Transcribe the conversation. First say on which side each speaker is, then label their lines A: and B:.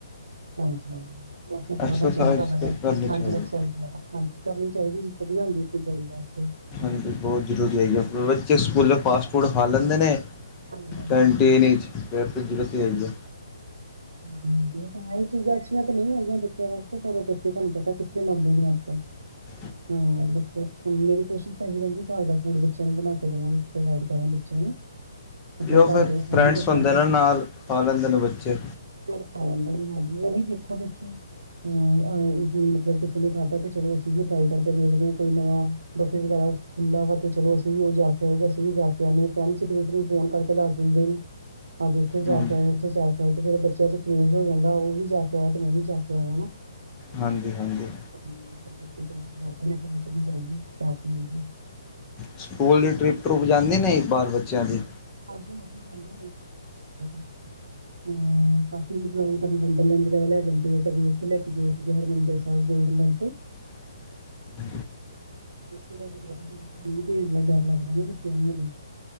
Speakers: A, on the right; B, on the left.
A: ਹਾਂਜੀ, ਥੋੜਾ-ਬਹੁਤ
B: ਐਕਸਰਸਾਈਜ਼
A: ਜਿੰਮ ਕਰ ਲੇਂਦਾ,
B: ਤਾਂ ਕਰਨੀ
A: ਹਾਂਜੀ,
B: ਚਾਹੀਦੀ
A: ਐਕਸਰਸਾਈਜ਼ ਵਗੈਰਾ। ਹਾਂਜੀ ਕਰਨੀ ਚਾਹੀਦੀ ਜੀ, ਵਧੀਆ ਹੁੰਦੀ ਅਪਨੀ ਬੌੜੀ ਵਾਸਤੇ।
B: ਹਾਂਜੀ, ਬਹੁਤ ਜ਼ਰੂਰੀ
A: ਹਾਂਜੀ
B: ਹੈਈ ਆ, ਬੱਚੇ ਸਕੂਲੇ ਫਾਸਟ-ਫੂਡ ਖਾ ਲੈਂਦੇ ਨੇ
A: ਹਾਂਜੀ ਹਾਂਜੀ
B: ਕੈਂਟੀਨ
A: ਹਾਂਜੀ
B: ਈਚ। ਫਿਰ ਤਾਂ ਤੇਲ ਹੀ ਆ।
A: ਹਾਂਜੀ-ਹਾਂਜੀ, ਇਹ ਤਾਂ ਚੀਜ਼ਾਂ ਅੱਛੀਆਂ ਤਾਂ ਨਹੀਂ ਹੈਗੀਆਂ ਬੱਚਿਆਂ ਵਾਸਤੇ, ਪਰ ਬੱਚੇ ਤੁਹਾਨੂੰ ਪਤਾ ਕਿੱਥੇ ਮੰਨਦੇ ਨੇ ਅੱਜ-ਕੱਲ।
B: ਹਾਂ <inaudible>
A: ਹਾਂ, ਬੱਚੇ ਹੁਣ ਮੇਰੀ ਕੋਸ਼ਿਸ਼ ਤਾਂ ਇਹੀ ਰਹਿੰਦੀ, ਘਰ ਦਾ ਫੂਡ ਬੱਚਿਆਂ ਨੂੰ ਬਣਾਕੇ ਦੇਵਾਂ ਕਰਾਂ ਬੱਚਿਆਂ ਨੂੰ। ਮਤਲਬ,
B: ਉਹ
A: ਘਰ
B: ਫਿਰ
A: ਦੇ ਖਾਣ
B: ਫਰੈਂਡਸ
A: ਤੇ ਸਹੀ।
B: ਹੁੰਦੇ ਨੇ ਨਾਲ ਖਾ ਲੈਂਦੇ ਨੇ ਬੱਚੇ
A: ਫਿਰ ਖਾ ਲੈਂਦੇ ਹਾਂਜੀ, ਉਹੀ ਦੇਖੋ-ਦੇਖੀ। ਮਤਲਬ ਕਿਸੇ ਨੇ ਖਾਧਾ ਤੇ ਚਲੋ, ਅਸੀਂ ਵੀ ਟ੍ਰਾਈ ਕਰਕੇ ਦੇਖਦੇ ਹਾਂ, ਕੋਈ ਨਵਾ ਬਫੇ ਵਗੈਰਾ ਖੁੱਲ੍ਹਾ ਵਾ ਤੇ ਚਲੋ, ਅਸੀਂ ਵੀ ਉਹ ਜਾਕੇ ਆਏ ਤੇ ਅਸੀਂ ਵੀ ਜਾਕੇ ਆਂਨੇ ਆ, ਫਰੈਂਡਸ ਇੱਕ-ਦੂਸਰੇ ਨੂੰ ਫੋਨ ਕਰ ਦੱਸ ਦਿੰਦੇ ਨੇ, ਅੱਜ ਇੱਥੇ
B: ਹਮ
A: ਜਾਕੇ ਆਏ, ਇੱਥੇ ਜਾਕੇ ਆਏ, ਤੇ ਫਿਰ ਬੱਚਿਆਂ'ਚ ਕ੍ਰੇਜ਼ ਹੋ ਜਾਂਦਾ, ਉਹ ਵੀ ਜਾਕੇ ਆਇਆ, ਤੇ ਮੈਂ ਵੀ ਜਾਕੇ ਆਵਾਂ ਨਾ।
B: ਹਾਂਜੀ-ਹਾਂਜੀ।
A: ਹਾਂਏ ਚ ਆਈਏ <unintelligible>
B: ਸਕੂਲ ਦੀ ਟ੍ਰੀੱਪ-ਟਰੁਪ ਜਾਂਦੀ ਨੇ, ਇਸ ਬਾਰ ਬੱਚਿਆ ਦੀ।
A: ਹਾਂਜੀ-ਹਾਂਜੀ ਹਾਂਜੀ <unintelligible> ਹੂੰ, ਕਾਫੀ ਮਤਲਬ ਕਦੇ ਵੰਡਰਲੈਂਡ ਵਗੈਰਾ ਲੈ ਜਾਂਦੇ ਆ, ਕਦੀ ਇੱਥੇ ਲੈਕੇ ਗਏ ਸੀਗੇ, ਹਰਮੰਦਿਰ ਹਾ, ਗੋਲਡਨ ਟੇੰਪਲ।
B: <inaudible>
A: ਡਰ ਲੱਗਦਾ ਨਾ ਬੱਚਿਆਂ ਨੂੰ ਹਲੇ